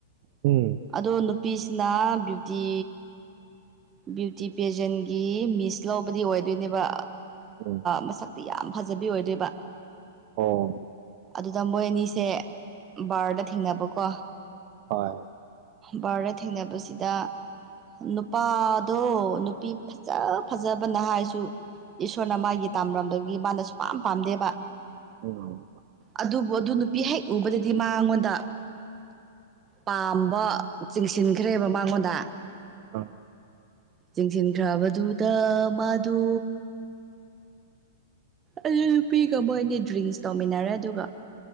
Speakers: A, on the right (about 45°); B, on the right (about 20°).
A: ꯎꯝ
B: ꯑꯗꯣ ꯅꯨꯄꯤꯁꯤꯅ ꯕ꯭ꯌꯨꯇꯤ ꯕ꯭ꯌꯨꯇꯤ ꯄꯦꯖꯦꯟꯒꯤ ꯃꯤꯁ ꯂꯧꯕꯗꯤ ꯑꯣꯏꯗꯣꯏꯅꯦꯕ
A: ꯎꯝ
B: ꯃꯁꯛ ꯌꯥꯝ ꯐꯖꯕꯤ ꯑꯣꯏꯗꯣꯏꯕ
A: ꯑꯣ
B: ꯑꯗꯨꯗ ꯃꯣꯏ ꯑꯅꯤꯁꯦ ꯕꯥꯔꯗ ꯊꯦꯡꯅꯕꯀꯣ
A: ꯍꯣꯏ
B: ꯚꯥꯔꯗ ꯊꯦꯡꯅꯕꯁꯤꯗ ꯅꯨꯄꯥꯗꯣ ꯅꯨꯄꯤ ꯐꯖ ꯐꯖꯕ ꯅꯍ ꯍꯥꯏꯁꯨ ꯏꯁꯣꯔꯅ ꯃꯥꯒꯤ ꯇꯥꯝꯔꯝꯒꯤ ꯃꯥꯅꯁꯨ ꯄꯥꯝ ꯄꯥꯝꯗꯦꯕ
A: ꯎꯝ
B: ꯑꯗꯨꯕꯨ ꯑꯗꯨ ꯅꯨꯄꯤ ꯍꯦꯛ ꯎꯕꯗꯗꯤ ꯃꯥꯉꯣꯟꯗ ꯄꯥꯝꯕ ꯆꯤꯡꯁꯤꯟꯈ꯭ꯔꯦꯕ ꯃꯉꯣꯟꯗ
A: ꯑ
B: ꯌꯦꯡꯁꯤꯟꯈ꯭ꯔꯕꯗꯨꯗ ꯃꯥꯗꯨ ꯑꯗꯨ ꯅꯨꯄꯤꯒ ꯃꯣꯏꯗꯤ ꯗ꯭ꯡꯁ ꯇꯧꯃꯤꯟꯅꯔꯦ ꯑꯗꯨꯒ